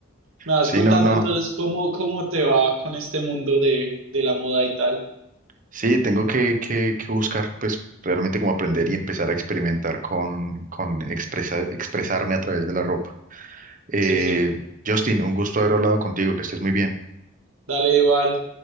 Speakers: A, on the right (about 75°); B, on the right (about 40°).
A: Me vas
B: Sí,
A: contando
B: no, no.
A: entonces cómo, cómo te va con este mundo de, de la moda y tal.
B: Sí, tengo que, que- que buscar, pues, realmente como aprender y empezar a experimentar con, con expresa- expresarme a través de la ropa. Eh,
A: Sí, sí.
B: Justin, un gusto haber hablado contigo, que estés muy bien.
A: Dale igual.